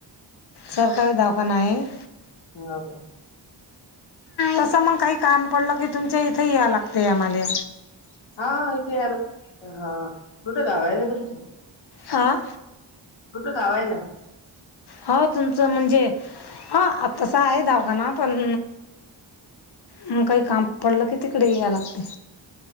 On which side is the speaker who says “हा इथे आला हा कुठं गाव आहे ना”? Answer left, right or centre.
Left